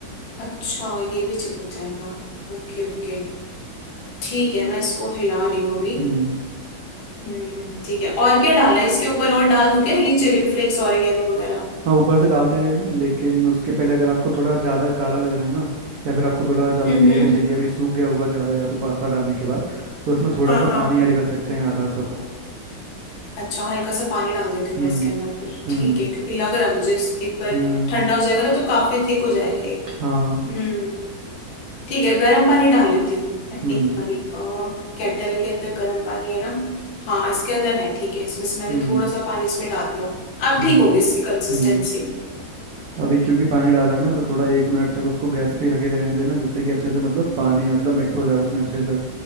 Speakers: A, on the left; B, on the right.
A: अच्छा ये भी चिपक जाएगा ओके ओके ठीक है मैं इसको हिला रही हूँ अभी
B: हम्म
A: हम्म ठीक है और क्या डाला है इसके ऊपर और डाल दूं क्या ये चिली फ्लेक्स ऑरिगेनो वगैरह
B: हाँ ऊपर से डालते हैं लेकिन उसके पहले अगर आपको थोड़ा ज़्यादा गाढ़ा लग रहा है ना या फिर आपको थोड़ा ज़्यादा
A: हम्म
B: ग्रेवी
A: हम्म
B: चाहिए अभी सूख गया होगा ज़्यादा या तो पास्ता डालने के बाद तो उसमें थोड़ा
A: हाँ
B: सा पानी
A: हाँ
B: ऐड कर सकते हैं आधा कप
A: अच्छा हल्का सा पानी डाल देती हूँ
B: हम्म
A: मैं इसके अंदर फिर
B: हम्म
A: ठीक है क्योंकि लग रहा है मुझे इस- एक बार
B: हम्म
A: ठंडा हो जाएगा ना तो काफी थिक हो जाएगा ये
B: हाँ
A: हम्म ठीक है गर्म पानी डाल लेती हूँ मैं
B: हम्म
A: एक बारी केटल के अंदर गर्म पानी है ना हाँ इसके अंदर है ठीक है इसमें से मैंने
B: हम्म
A: थोड़ा सा पानी इसमें डाल दिया अब
B: हम्म
A: ठीक होगी इसकी कंसिस्टेंसी
B: हम्म अभी क्योंकि पानी डाला है ना तो थोड़ा एक मिनट तक उसको गैस पे ही रखे रहने देना जिससे कि अच्छे से मतलब पानी मतलब मिक्स हो जाए उसमें अच्छे से